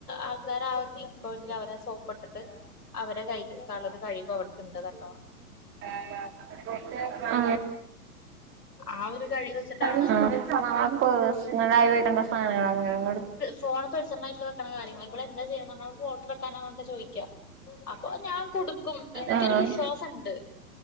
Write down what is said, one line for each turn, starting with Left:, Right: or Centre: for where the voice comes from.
Left: ആൾകാരെ ആ ഒരു വിക് പോയിന്റില് അവരെ സോപ്പിട്ടിട്ട് '' അവരെ കയ്യില് എടുക്കാനുള്ളൊരു കഴിവ് അവൾക്കുണ്ട് കേട്ടോ
Right: <inaudible> ങാ
Left: ആ ഒരു കഴിവ് വെച്ചിട്ടാണ്.
Right: ആ അത് പേഴ്സണൽ ആയി വരുന്ന സാധനങ്ങൾ ആണ് അങ്ങനെ''
Left: ഫോൺ പേർസണൽ ആയിട്ട് വെക്കണ്ണാ കാര്യങ്ങൾ ഇവൾ എന്താ ചെയ്യാന്ന് പറഞ്ഞാൽ ഫോട്ടോ എടുക്കാനാ പറഞ്ഞിട്ടാ ചോദിക്ക. അപ്പൊ ഞാൻ കൊടുക്കും എനിക്കൊരു
Right: ആഹ്
Left: വിശ്വാസുണ്ട്